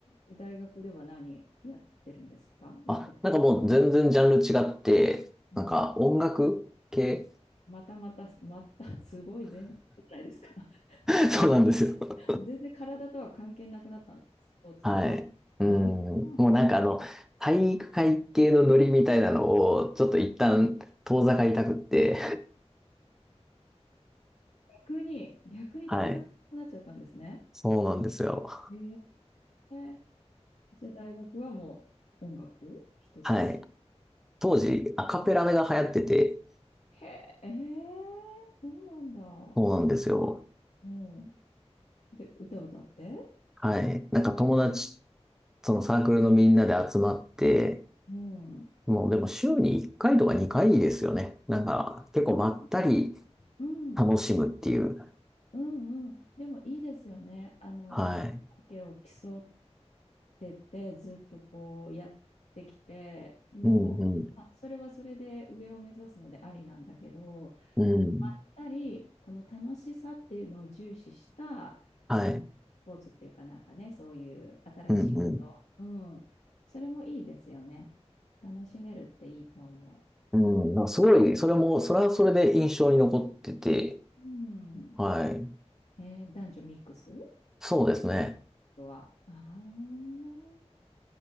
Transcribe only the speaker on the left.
大学では何やってるんですかやってた、
うん。
またまた、また、<laughs> すごい、全然じゃないですか。<laughs>
全然体とは関係なくなったんだ、スポーツとは。
ああ、
逆に、逆に遠ざけなくなっちゃったんですね。
へえ。じゃあ大学はもう音楽一筋。
へえ、ええそうなんだ。
うん。で、歌歌って
あ
うん。うん、
うん、うん、
うん、うん。でもいいですよね。あの、
カラオケを競うてってずっとこうやってきて、でも、
まあ、それはそれで上を目指すのでありなんだけど、
あの、まったり、この楽しさっていうのを重視した、
あの、スポーツっていうかなんかね、そういう新しいこと。
うん。それもいいですよね。楽しめるっていいと思
う。うん。
えー男女ミックス
とは。あー